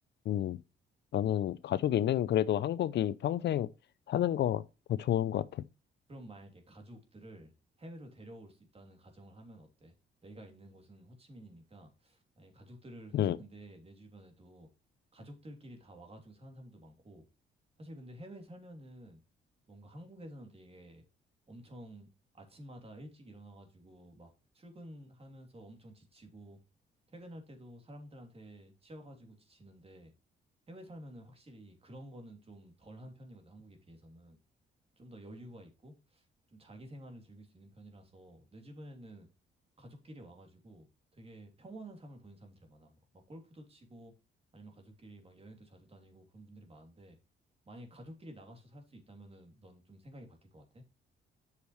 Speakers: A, on the left; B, on the right.
A: 음 나는 가족이 있는 그래도 한국이 평생 사는 거 더 좋은 것 같아.
B: 그럼 만약에 가족들을 해외로 데려올 수 있다는 가정을 하면 어때? 내가 있는 곳은 호치민이니까 만약에 가족들을 사실
A: 음.
B: 근데 내 주변에도 가족들끼리 다 와가지고 사는 사람도 많고 사실 근데 해외 살면은 뭔가 한국에서는 되게 엄청 아침마다 일찍 일어나가지고 막 출근하면서 엄청 지치고 퇴근할 때도 사람들한테 치여가지고 지치는데 해외 살면은 확실히 그런 거는 좀 덜한 편이거든 한국에 비해서는 좀 더 여유가 있고 좀 자기 생활을 즐길 수 있는 편이라서 내 주변에는 가족끼리 와가지고 되게 평온한 삶을 보는 사람들이 많아. 막 골프도 치고 아니면 가족끼리 막 여행도 자주 다니고 그런 분들이 많은데 만약에 가족끼리 나가서 살 수 있다면은 넌 좀 생각이 바뀔 것 같아?